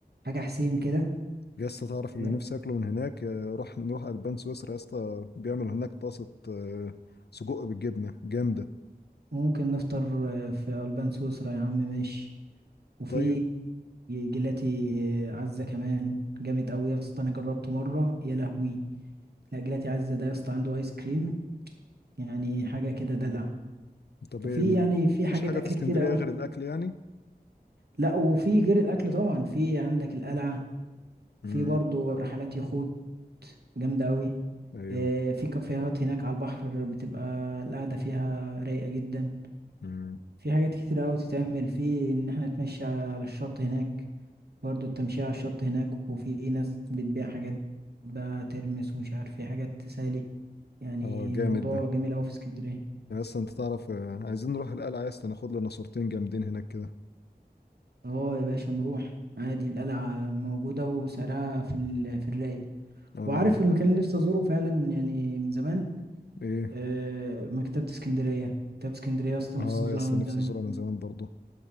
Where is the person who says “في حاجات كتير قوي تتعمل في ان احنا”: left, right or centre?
Right